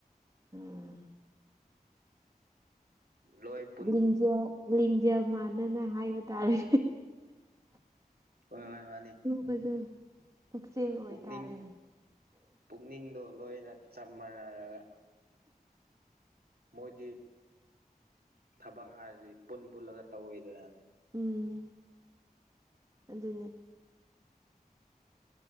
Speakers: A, on the right; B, on the right.
A: ꯑꯥ
B: <inaudible>
A: ꯂꯤꯡꯖꯦꯜ ꯂꯤꯡꯖꯦꯜ ꯃꯥꯟꯅꯅ ꯍꯥꯏꯕ ꯇꯥꯔꯦ
B: ꯍꯣꯏ ꯍꯣꯏ ꯃꯥꯅꯤ
A: <unintelligible>
B: ꯄꯨꯛꯅꯤꯡ ꯄꯨꯛꯅꯤꯡꯗꯣ ꯂꯣꯏꯅ ꯆꯞ ꯃꯥꯟꯅꯔꯒ ꯃꯣꯏꯗꯤ ꯊꯕꯛ ꯍꯥꯏꯔꯗꯤ ꯄꯨꯟ ꯄꯨꯜꯂꯒ ꯇꯧꯋꯤꯗꯅ
A: ꯎꯝ ꯑꯗꯨꯅꯦ